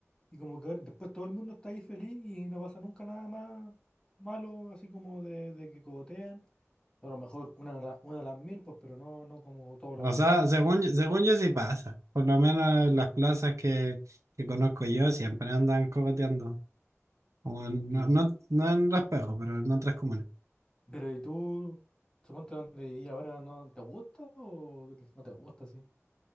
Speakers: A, on the left (about 15°); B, on the right (about 75°).
A: Y como que ahora- después todo el mundo está ahí feliz y no pasa nunca nada más malo, así como de, de que cogotean. a lo mejor una, a la- una a las mil, pues, pero no, no como todos
B: O
A: los
B: sea,
A: días,
B: según,
A: así.
B: yo- según yo sí pasa, por lo menos en las plazas que, que conozco yo siempre andan cogoteando, o en-
A: Y,
B: no, no, no en Raspejo, pero en otras comunas.
A: pero ¿y tú, suponte donde viví ahora, no te gusta o no te gusta, sí?